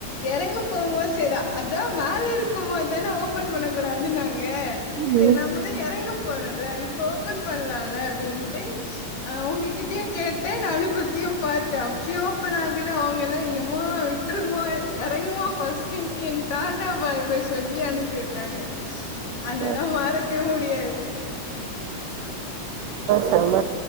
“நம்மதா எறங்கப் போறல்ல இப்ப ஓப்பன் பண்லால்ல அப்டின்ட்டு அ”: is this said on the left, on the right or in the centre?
Left